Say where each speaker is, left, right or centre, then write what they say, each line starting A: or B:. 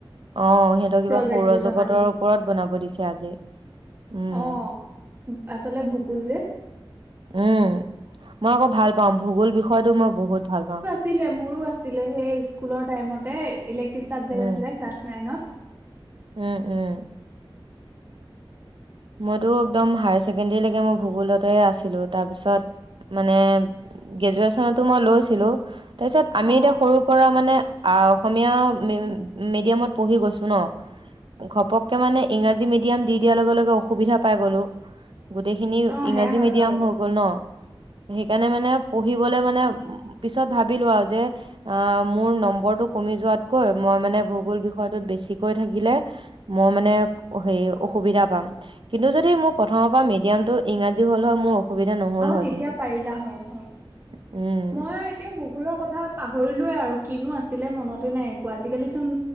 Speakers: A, on the right; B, on the right.
A: অঁ সিহঁতৰ কিবা
B: প্ৰজেক্ট
A: সৌৰজগতৰ
B: বোৰ জমা
A: ওপৰত বনাব দিছে আজি। উম
B: অঁ আচলতে ভোগোল যে।
A: উম, মই আকৌ ভাল পাওঁ ভূগোল বিষয়টো মই বহুত ভাল পাওঁ।
B: ছিলে মোৰো আছিলে, সেই স্কুলৰ টাইমতে ইলেক্টিভ ছাবজেক্ট
A: উম
B: আছিলে ক্লাছ নাইনত।
A: উম উম। মইতো একদম হায়াৰ ছেকেণ্ডৰীলৈকে মই ভূগোলতে আছিলো, তাৰপিছত মানে গ্ৰেজুৱেচনতো মই লৈছিলো, তাৰপিছত আমি
B: অ
A: এতিয়া সৰু পৰা মানে অসমীয়া মি মিডিয়ামত পঢ়ি গৈছো ন। ঘপকে মানে ইংৰাজী মিডিয়াম দি দিয়াৰ লগে লগে অসুবিধা পাই গলো। গোটেইখিনি
B: সেয়া
A: ইংৰাজী
B: হয়
A: মিডিয়াম
B: বাৰু
A: হৈ গ'ল ন, সেইকাৰণে মানে পঢ়িবলে মানে পিছত ভাবিলোঁ আৰু যে। আহ মোৰ নম্বৰটো কমি যোৱাতকৈ মই মানে ভোগোল বিষয়টোত বেছিকৈ থাকিলে মই মানে হে অসুবিধা পাম। কিন্তু যদি মোৰ প্ৰথমৰ পৰা মিডিয়ামটো ইংৰাজী হ'ল হয় মোৰ অসুবিধা নহ'ল
B: অ'
A: হয়
B: তেতিয়া
A: কিন্তু
B: পাৰিলা হয়, হয়
A: উম
B: মই এতিয়া ভূগোলৰ কথা পাহৰিলোৱে আৰু কিনো আছিলে মনতে নাই একো আজিকালি চোন